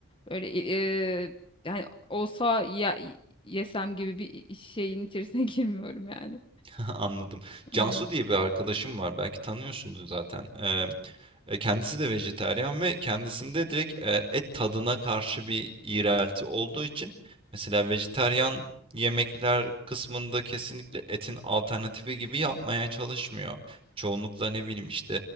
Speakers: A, on the left; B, on the right.
A: böyle e, yani olsa ya, yesem gibi bir şeyin içerisine <laughs> girmiyorum yani.
B: <laughs> Anladım. Cansu
A: Evet,
B: diye bir arkadaşım var. Belki tanıyorsundur zaten. Ee, e, kendisi de vejetaryen ve kendisinde direkt e, et tadına karşı bir iğrelti olduğu için mesela vejetaryen yemekler kısmında kesinlikle etin alternatifi gibi yapmaya çalışmıyor. Çoğunlukla ne bileyim işte